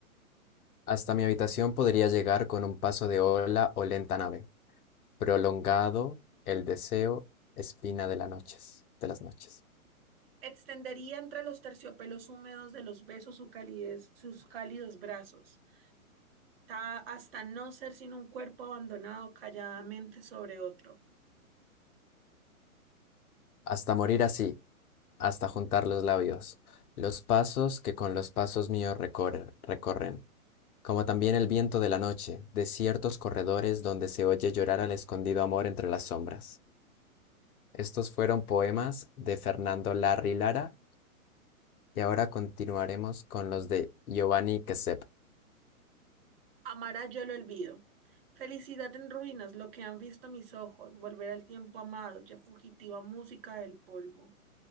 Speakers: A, on the left (about 75°); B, on the right (about 40°).
A: Hasta mi habitación podría llegar con un paso de ola o lenta nave, prolongado el deseo, espina de las noches, de las noches.
B: Extendería entre los terciopelos húmedos de los besos su calidez, sus cálidos brazos, ta- hasta no ser sino un cuerpo abandonado calladamente sobre otro.
A: Hasta morir así, hasta juntar los labios, los pasos que con los pasos míos recor- recorren, como también el viento de la noche, de ciertos corredores donde se oye llorar al escondido amor entre las sombras. Estos fueron poemas de Fernando Larry Lara y ahora continuaremos con los de Giovanni Quesep,
B: Amará yo lo olvido. Felicidad en ruinas, lo que han visto mis ojos, volver al tiempo amado, ya fugitiva música del polvo.